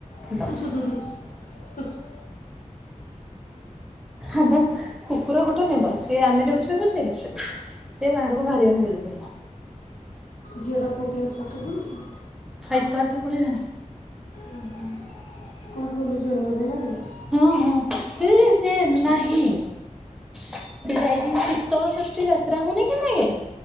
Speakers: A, on the left; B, in the centre.
A: <unintelligible>
B: ଦଶ ଆମ କୁକୁର ଗୋଟେ ମେମ୍ବର। ସେ ଆମେ ଯୋଉଠି ଶୋଇବୁ ସେ ସେଇଠି ଶୋଇବ। ସେ ବାହାରକୁ ବାହାରିବନି ବିଲକୁଲ।
A: ଝିଅଟା କୋଉ ପ୍ଲାସ୍ ପାଠ ପଢ଼ୁଛି?
B: ଫାଇଭ୍ କ୍ଲାସ ରେ ପଢ଼ିଲାଣି।
A: ଓହୋ ସ୍କୁଲ ଖୋଲୁଚି ଏବେ ବୋଧେ ନାଇଁକି?
B: ହୁଁ ହୁଁ ହେଇଜେ ସେ ନାହିଁ। ସିଏ ଯାଇଛି ଶୀତଳ ଷଷ୍ଠୀ ଯାତ୍ରା ହଉନି କେ ନାଗେ।